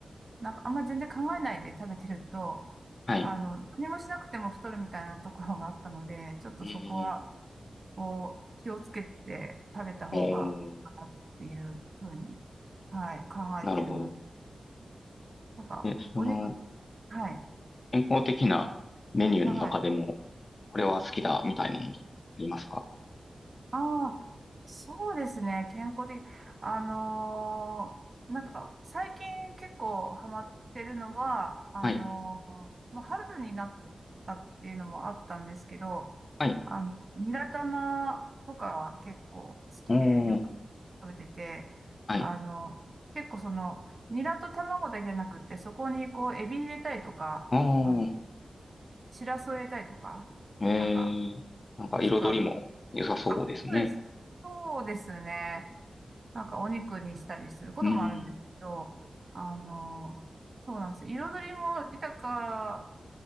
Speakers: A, on the right; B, on the left.
A: なんかあんま全然考えないで食べてると、
B: はい、
A: あの、何もしなくても太るみたいなところがあったので、ちょっとそこは、
B: うーん、
A: こう、気をつけて食べた方がいいかなっていうふうに、
B: おー、
A: はい、考えてるので、
B: なるほど。
A: なんか、
B: で、その、
A: お肉、はい、
B: 健康的なメニューの中でも、
A: はい。
B: これは好きだ、みたいなのありますか
A: ああ、そうですね、健康的。あのーなんか、最近結構ハマってるのは、あのーもう春になっ
B: はい、
A: たっていうのもあったんですけど、
B: はい、
A: あの、ニラ玉とかは結構好きでよく
B: おー、
A: 食べてて、
B: はい、
A: あの、結構その、ニラと卵だけじゃなくって、そこにこう、エビ入れたりとか、
B: おー、
A: あの、シラスを入れたりとか、
B: えー、
A: なんか、
B: なんか彩りも良さそうですね。
A: もしくは、あ、そうです。そうですね。なんかお肉にしたりすることもあるんですけど、
B: うーん。
A: あの、そうなんです。彩りも豊